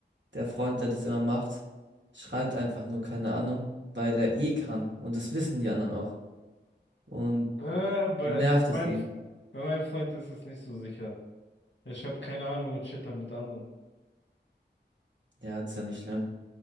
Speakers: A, on the right; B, on the left.
A: der Freund, der das immer macht, schreibt einfach nur keine Ahnung, weil er eh kann. Und das wissen die anderen auch. Und
B: Äh, bei,
A: nervt
B: also bei
A: es ihn.
B: meinem, bei meinem Freund ist es nicht so sicher. Er schreibt keine Ahnung und shit dann mit anderen.
A: Ja, das ist ja nicht schlimm.